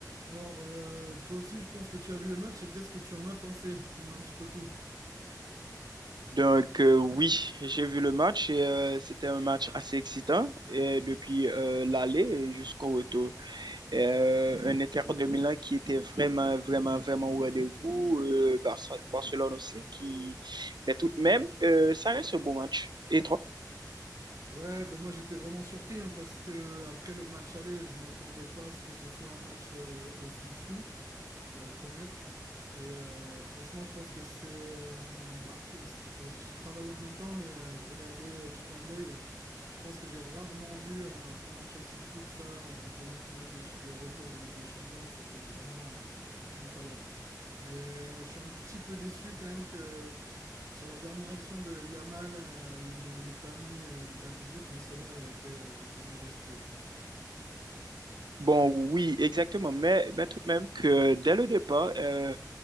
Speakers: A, on the right; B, on the right.
A: Alors, euh, toi aussi, je pense que tu as vu le match et qu'est-ce que tu en as pensé? Dis-moi un petit peu tout.
B: Donc, euh, oui, j'ai vu le match et euh, c'était un match assez excitant et depuis euh, l'aller jusqu'au retour. Et, euh, un Inter de Milan qui était vraiment, vraiment, vraiment au rendez-vous, euh, Barce- Barcelone aussi, qui... mais tout de même, euh, ça reste un bon match. Et toi?
A: Ouais, ben moi j'étais vraiment surpris hein, parce que après le match aller, je m'attendais pas à ce que ce soit un match euh, aussi fou. pour être honnête. Et euh, franchement, je pense que c'est. euh, Bah, c'est- moi, je, je travaillais en même temps, mais euh, je regardais euh, du coin de l'œil et je, je pense que j'ai rarement vu un, un match aussi fou que ça en demi-finale de, de retour de Ligue des Champions. C'était vraiment euh, incroyable. Mais euh, je suis un petit peu déçu quand même que sur la dernière action de Yamal, euh, il n'est il est pas mis, euh, il est pas mis ce but, mais Sommer, il a été, il a été majestueux, je pense.
B: Bon, oui, exactement, mais, mais tout de même que dès le départ, euh,